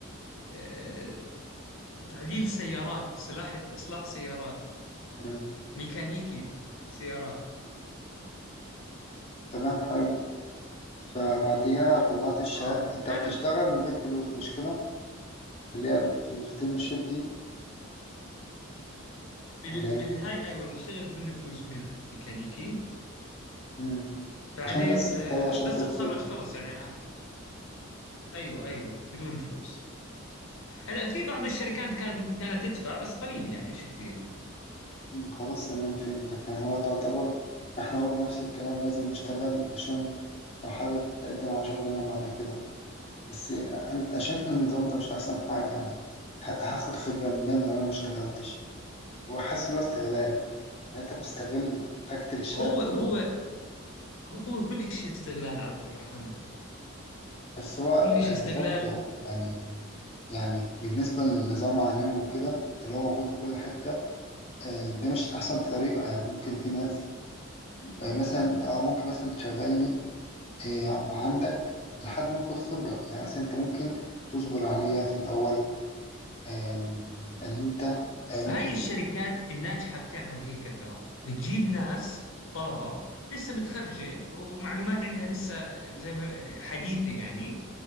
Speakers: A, on the left; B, on the left.
A: آه، تعديل سيارات صلاح إصلاح سيارات
B: مم.
A: ميكانيكي سيارات
B: تمام حلو فبعديها
A: آه
B: طلعت الشهادة
A: آه. وكانت
B: انت بتشتغل من غير فلوس مش كده اللي هي في الانترنشيب دي
A: بال...
B: ولا ايه
A: بالهاي ايوه بنشتغل بدون فلوس بالميكانيكي
B: مم.
A: بعدين
B: عشان بس تطلع
A: آه،
B: شهادة
A: بس تتخرج
B: الخبرة
A: خلص يعني آه، ايوه ايوه بدون فلوس هلا في بعض الشركات كانت كانت تدفع بس قليل يعني مش كثير
B: مم. خلاص تمام فهمتك يعني هو تعتبر احنا برضه نفس الكلام لازم نشتغل عشان لو حابب تقدم على شغلنا بعد كده بس انت أنا شايف ان النظام ده مش احسن حاجة يعني ه- هاخد خبرة منين لو انا مشتغلتش وحاسس ان هو استغلال يعني انت بتستغل حاجة الشهادة
A: هو هو
B: ال-
A: هو كل شيء استغلال عبد الرحمن
B: بس هو
A: كل شيء
B: آه،
A: استغلال
B: برضه يعني يعني بالنسبة للنظام العالمي وكده اللي هو موجود في كل حتة آه، ده مش أحسن طريقة يعني ممكن في ناس آه، مثلا أنت أه ممكن مثلا تشغلني آه، مع عندك لحد ما آخد خبرة يعني مثلا أنت ممكن تصبر عليا في الأول آم، اللي أنت آه، ممكن
A: فهاي الشركات الناجحة بتعمل هيك ترى بتجيب ناس طلبة لسه متخرجة ومعلومات عندها لسه زي ما آه، حديثة يعني